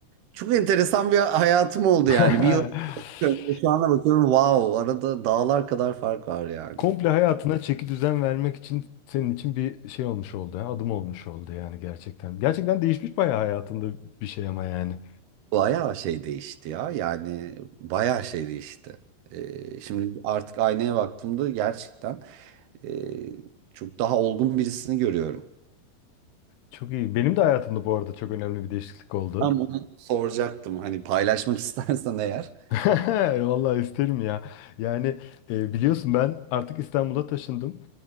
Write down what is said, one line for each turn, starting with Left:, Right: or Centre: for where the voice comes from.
Right: çok enteresan bir hayatım oldu
Left: <laughs>
Right: yani. Bir yıl önce şu ana bakıyorum wow arada dağlar kadar fark var yani.
Left: Komple hayatına çeki düzen vermek için senin için bir şey olmuş oldu. ha, Adım olmuş oldu yani gerçekten. Gerçekten değişmiş bayağı hayatında bir şey ama yani.
Right: Bayağı şey değişti ya. Yani bayağı şey değişti. Ee, şimdi artık aynaya baktığımda gerçekten e, çok daha olgun birisini görüyorum.
Left: Çok iyi. Benim de hayatımda bu arada çok önemli bir değişiklik oldu.
Right: Tam onu soracaktım. Hani paylaşmak <laughs> istersen eğer.
Left: <laughs> Vallahi isterim ya. Yani e, biliyorsun ben artık İstanbul'a taşındım.